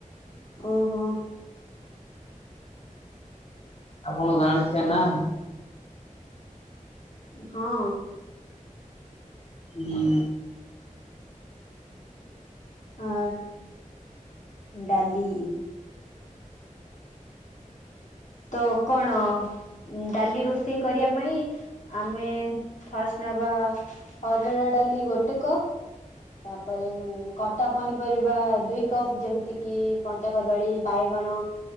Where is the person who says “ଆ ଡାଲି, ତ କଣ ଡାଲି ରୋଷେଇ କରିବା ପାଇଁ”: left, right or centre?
Left